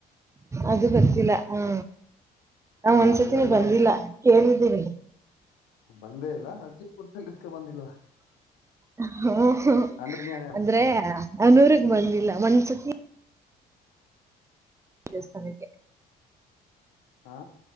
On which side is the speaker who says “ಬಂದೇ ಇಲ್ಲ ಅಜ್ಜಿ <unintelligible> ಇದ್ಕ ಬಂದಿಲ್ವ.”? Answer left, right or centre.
Left